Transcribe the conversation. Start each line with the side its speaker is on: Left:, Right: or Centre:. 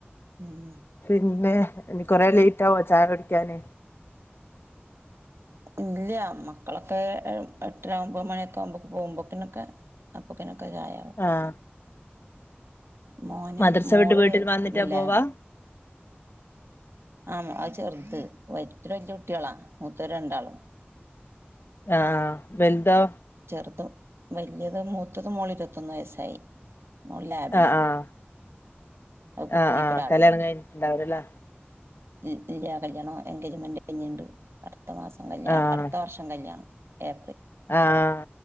Right: ഉം
Left: പിന്നേ ഇനി കൊറേ ലേറ്റാവോ ചായ കുടിക്കാന്?
Right: ഇല്ല്യാ മക്കളൊക്കെ എ എട്ടെര ഒമ്പത് മണിയൊക്കെകുമ്പൊക്ക് പോവുമ്പോക്കിനൊക്കൊ അപ്പക്കിനൊക്കെ ചായാവും.
Left: ആഹ്
Right: മോന്
Left: മദ്രസ
Right: മോള്
Left: വിട്ട് വീട്ടിൽ വന്നിട്ടാ
Right: ലാബ്
Left: പോവാ
Right: ആഹ് മോ അത് ചെർത് <unintelligible> വല്ല്യ കുട്ട്യാളാ മൂത്തോര് രണ്ടാളും.
Left: ആഹ് വെൽതോ?
Right: ചെർതും വല്ലിയത് മൂത്തത് മോള് ഇരുപത്തൊന്ന് വയസ്സായി. മോൾ ലാബിലാണ്.
Left: ആഹ് ആഹ്
Right: അഹ് പ്പ
Left: ആഹ്
Right: പോയി
Left: ആഹ്
Right: പ്പൊ രാവിലെ.
Left: കല്യാണം കഴിഞ്ഞിട്ടുണ്ടാവൂലല്ലേ
Right: ഇല് ഇല്യാ കല്യാണം എൻഗേജ്മെന്റ് കഴിഞ്ഞിണ്ട് അടുത്ത മാസം കല്യാണം
Left: ആഹ്
Right: അടുത്ത വർശ് - ഷം കല്ല്യാണം ഏപ്രി
Left: ആഹ്